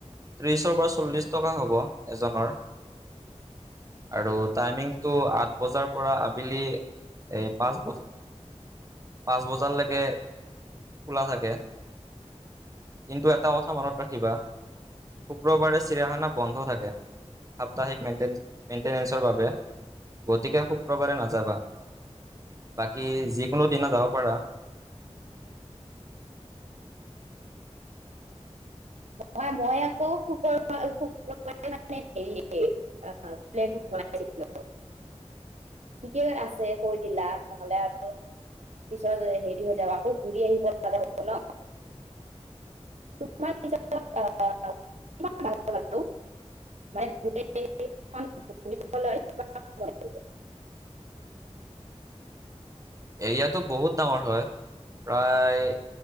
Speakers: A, on the right; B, on the right.
A: ত্ৰিছৰ পৰা চল্লিছ টকা হ'ব এজনৰ। আৰু
B: অ'
A: টাইমিংটো আঠ বজাৰ পৰা আবেলি পাঁচ বজাত পাঁচ বজালৈকে খোলা থাকে, কিন্তু এটা কথা মনত ৰাখিবা শুক্ৰবাৰে চিৰিয়াখানা বন্ধ থাকে সাপ্তাহিক মেই মেইনটেনেসৰ বাবে গতিকে শুক্ৰবাৰে নাযাবা বাকী যি কোনোদিনা যাব পাৰা।
B: মই মই আকৌ শুক্ৰবাৰে মানে হেৰি পেলেনটো কৰা আছিলে ঠিকেই আছে কৈ দিলা নহলে আৰু পিছত হেৰি হৈ যাব আকৌ ঘুৰি আহিব হেল্ল <unintelligible>
A: এৰিয়াটো বহুত ডাঙৰ হয় প্ৰায়